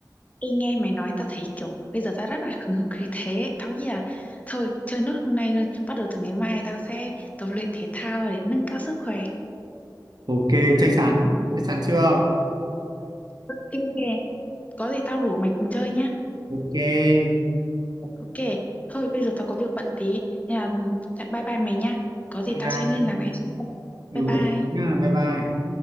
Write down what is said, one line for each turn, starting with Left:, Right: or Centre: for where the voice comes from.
Left: Ê, nghe mày nói tao thấy kiểu bây giờ tao rất là hừng hực khí thế tao nghĩ là thôi chơi nốt hôm nay thôi bắt đầu từ ngày mai tao sẽ tập luyện thể thao để nâng cao sức khỏe
Right: Ok, chắc chắn, chắc chắn chưa?
Left: ok có gì tao rủ mày cùng chơi nhá
Right: Ok, bye
Left: ok thôi bây giờ tao có việc bận tí nên là ừ, bye bye mày nha có gì
Right: bye.
Left: tao sẽ liên lạc lại sau.
Right: Ừ,
Left: bye bye
Right: ok nhá, bye bye.